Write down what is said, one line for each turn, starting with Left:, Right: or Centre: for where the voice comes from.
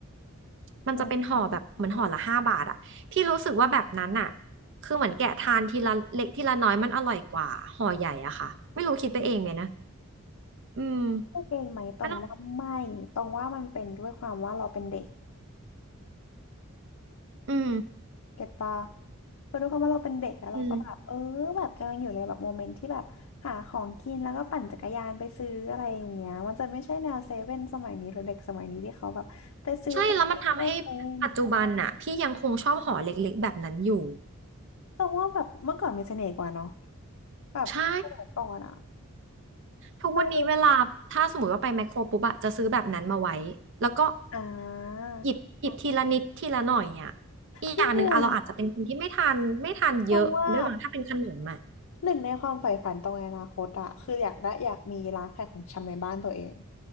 Right: มันจะเป็นห่อแบบเหมือนห่อละห้าบาทอะที่รู้สึกว่าแบบนั้นอะ
Left: อืม
Right: คือเหมือนแกะทานทีละเล็กทีละน้อยมันอร่อยกว่าห่อใหญ่อะค่ะไม่รู้คิดไปเองไหมนะอืม
Left: พูดเองไหมตรงว่าไม่ตรงว่ามันเป็นด้วยความว่าเราเป็นเด็ก
Right: มันต้องอืม
Left: เก็ตปะคือด้วยความว่าเราเป็นเด็กแล้วเราก็แบบเออแบบกำลังอยู่ในแบบโมเมนต์ที่แบบหาของกินแล้วก็ปั่นจักรยานไปซื้ออะไรอย่างเงี้ยมันจะไม่ใช่แนวเซเว่นสมัยนี้หรือเด็กสมัยนี้ที่เขาแบบไปซื้อตามซุปเปอร์เซเว่น
Right: อืมใช่แล้วมันทำให้ปัจจุบันน่ะพี่ยังคงชอบห่อเล็กๆแบบนั้นอยู่
Left: ตรงว่าแบบเมื่อก่อนมีเสน่ห์กว่าเนาะแบบสมัยก่อนอะ
Right: ใช่ทุกวันนี้เวลาถ้าสมมติว่าไปแมคโครปุ๊บอะจะซื้อแบบนั้นมาไว้แล้วก็
Left: คืออ่า
Right: หยิบหยิบทีละนิดทีละหน่อยอะอีกอย่างหนึ่งอะเราอาจจะเป็นคนที่ไม่ทานไม่ทานเยอะด้วยมั้งถ้าเป็นขนมอะ
Left: พี่เมียตรงว่า หนึ่งในความใฝ่ฝันตรงในอนาคตอะคืออยากได้อยากมีร้านขายของชำในบ้านตัวเอง